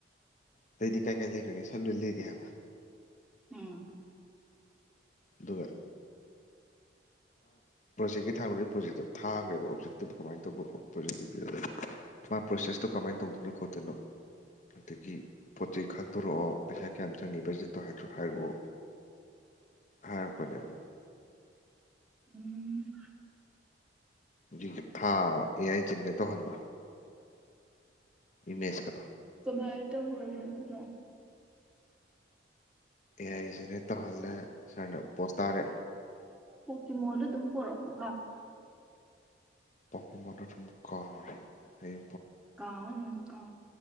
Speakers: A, on the left; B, in the centre.
A: ꯑꯇꯩꯗꯤ ꯀꯥꯏ ꯀꯥꯏ ꯂꯩꯈ꯭ꯔꯒꯦ ꯁꯥꯔ ꯂꯣꯏ ꯂꯩꯔꯤ ꯍꯥꯏꯕ
B: ꯎꯝ꯫
A: ꯕꯩ ꯄ꯭ꯔꯣꯖꯦꯛꯀꯤ ꯊꯥꯔꯣꯔꯛꯏ ꯄ꯭ꯔꯣꯖꯦꯛꯇꯣ ꯊꯥꯈ꯭ꯔꯦꯕ ꯑꯣꯞꯖꯦꯛꯇꯨꯗ ꯀꯃꯥꯏꯅ ꯇꯧꯕ ꯄ꯭ꯔꯣꯖꯦꯛꯇꯨ ꯃꯥ ꯄ꯭ꯔꯣꯁꯦꯁꯇꯣ ꯀꯃꯥꯏꯅ ꯇꯧꯗꯣꯏꯅꯣ- ꯈꯣꯠꯇꯅꯣ ꯑꯗꯒꯤ ꯄꯣꯠ ꯆꯩ ꯈꯥꯡꯗꯣꯔꯛꯑꯣ ꯄꯩꯁꯥ ꯀꯌꯥꯝ ꯆꯪꯅꯤ ꯕꯖꯦꯠꯇꯣ ꯍꯥꯏꯗ꯭ꯔꯣ ꯍꯥꯏꯔꯛꯑꯣ ꯍꯥꯏꯔꯛꯄꯅꯦꯕ
B: ꯎꯝ꯫
A: ꯍꯧꯖꯤꯒꯤ ꯊꯥꯕ ꯑꯦ ꯑꯥꯏꯖꯤꯟꯗꯦ ꯇꯧꯍꯟꯕ ꯏꯃꯦꯁ ꯀꯗꯣ
B: ꯀꯃꯥꯏ ꯇꯔꯒꯦ ꯑꯗꯨ ꯗꯣ?
A: ꯑꯦ ꯑꯏ ꯁꯤꯅꯦ ꯇꯧꯍꯜꯂꯦ ꯁꯥꯔꯅ ꯄꯣꯁ ꯇꯥꯔꯦ
B: ꯀꯤꯃꯣꯟꯗ ꯑꯗꯨꯝ ꯄꯨꯔꯛꯄ
A: ꯄ ꯃꯟ ꯊ ꯀꯔ ꯑꯩ
B: ꯀ ꯀꯥꯎ